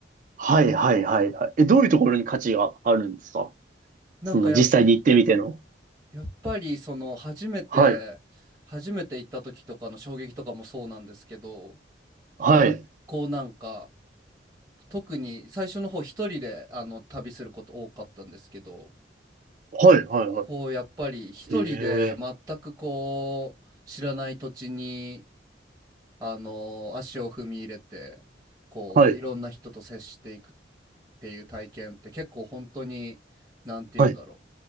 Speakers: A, on the right; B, on the right.
A: はい。はい。はい。はいえ、どういうところに価値があるんですか
B: なんかやっ、
A: その実際に行ってみての。
B: やっぱりその初めて初めて行った時とかの衝撃とかもそうなんですけど
A: はい。はい。
B: こうなんか特に最初の方一人であの旅すること多かったんですけど
A: はい。はい。はい。
B: こうやっぱり一人で全くこう知らない土地に
A: ええ。
B: あの足を踏み入れてこういろんな人と接していくっ
A: はい。
B: ていう体験って結構本当になんて言うんだろ
A: はい。